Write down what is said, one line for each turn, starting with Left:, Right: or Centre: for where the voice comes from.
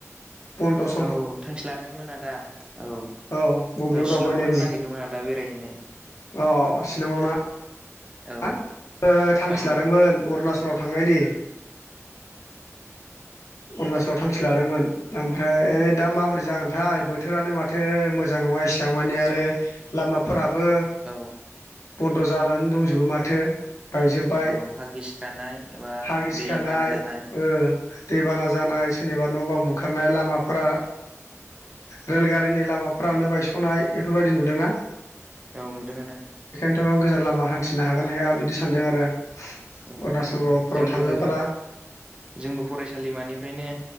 Left: बन्दस
Right: औ थांखि लादोंमोन आदा औ
Left: औ बबेयाव दावबायनायनि
Right: शिलंआव थांनो नागिरदोंमोन आदा बेरायहैनो
Left: औ शिलंआव ना
Right: औ
Left: हा थांखि
Right: औ
Left: लादोंमोन अरुनाचलाव थांनायनि अरुणाचल थां खि लादोंमोन ओमफ्राय दा माबोरै जागोनथाय बोथोरानो माथो मोजां नङा इसिबां मानि आर रो लामाफोराबो
Right: औ
Left: बन्द' जानानै दंजोबो माथो बायजोब्बाय
Right: औ हा गिसिखानाय एबा
Left: हा गिखानाय
Right: दै बाना जानाय
Left: ओ दैबाना जानाय सोरनिबा न' बां बुखारनाय लामाफोरा रेलगारिनि लामा माबाफ्रानो बायस'नाय बेफोरबायदि नुदोंना?
Right: औ नुदों आदा।
Left: थ' गोजान लामा हान्थिनो हागोन हाया बिदि सानदों आरो। अरुणचलफोराव
Right: औ जोंबो
Left: थाङोब्ला
Right: जोंबो फरायसालिमानिफ्रायनो